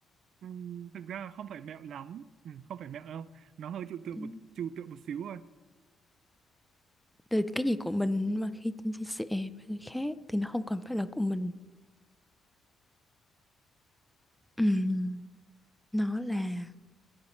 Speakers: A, on the right (about 70°); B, in the centre.
A: Ừm, thực ra không phải mẹo lắm, Ừm, không phải mẹo đâu. Nó hơi trừu tượng
B: Ừm,
A: một trừu tượng một xíu thôi.
B: từ cái gì của mình mà khi chia sẻ với người khác thì nó không còn phải là của mình Ừm, nó là